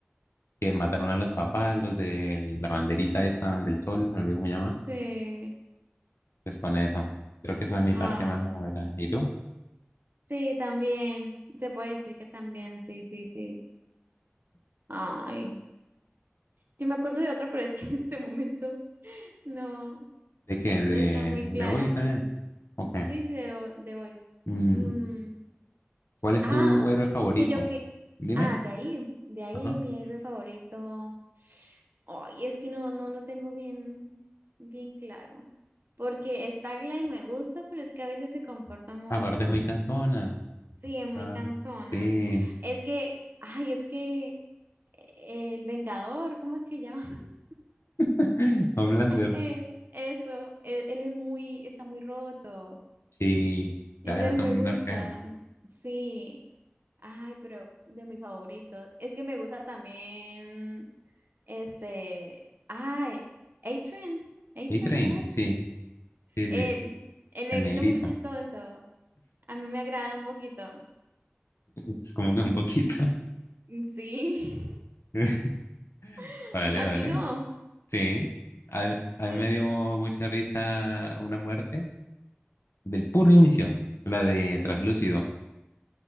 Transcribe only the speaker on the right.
Sí.
Ah,
sí, también. Se puede decir que también, sí, sí, sí. Ay. Sí me acuerdo de otra, pero es que en este momento no,
no está muy
clara.
Sí, sí, de, Vo- de Voice.
Mm,
Ah,
que yo que.
Ah, de ahí, de ahí
mi héroe favorito. <sniffs> Ay, es que no, no lo tengo bien, bien claro. Porque Starlight me gusta, pero es que a veces se comporta muy,
sí, es muy
cansona.
Es que, ay, es que el Vengador, ¿cómo es que llama? <laughs>
Eh, eso, él, él es muy, está muy roto.
Entonces
me
gusta,
mm, sí. Ay, pero de mi favorito. Es que me gusta también. Este, ay, Adrian, Adrian,
¿cómo es?
él
el negrito
es muy chistoso. A mí me agrada un poquito.
Mm, Sí,
<laughs>
a ti no.
Ok.
Ay,